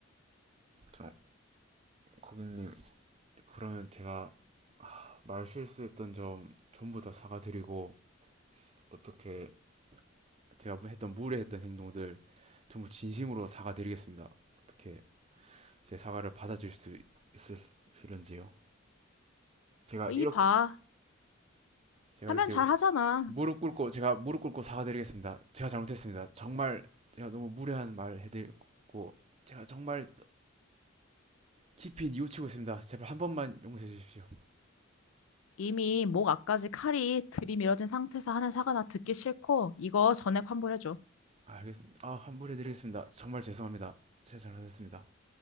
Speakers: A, on the right; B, on the left.
A: 좀 고객님 그러면 제가 하, 말 실수했던 점 전부 다 사과드리고 어떻게 제가 뭐 했던 무례했던 행동들 전부 진심으로 사과드리겠습니다 어떻게 제 사과를 받아줄 수 있으실런지요 제가
B: 이
A: 이렇게
B: 봐.
A: 제가
B: 하면
A: 이렇게
B: 잘 하잖아.
A: 무릎 꿇고 제가 무릎 꿇고 사과드리겠습니다 제가 잘못했습니다 정말 제가 너무 무례한 말 해드리고 제가 정말 깊이 뉘우치고 있습니다 제발 한 번만 용서해 주십시오
B: 이미 목 앞까지 칼이 들이밀어진 상태에서 하는 사과 나 듣기 싫고 이거 전액 환불해줘.
A: 알겠습니다. 아, 환불해 드리겠습니다. 정말 죄송합니다. 제가 잘못했습니다.